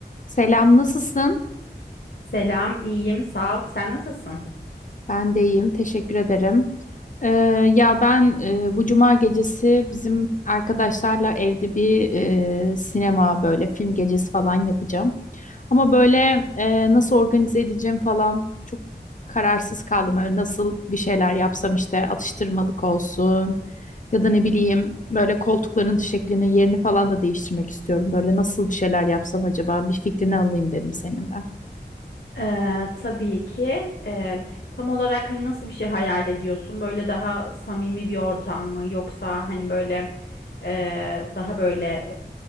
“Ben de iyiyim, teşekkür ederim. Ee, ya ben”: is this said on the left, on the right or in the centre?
Left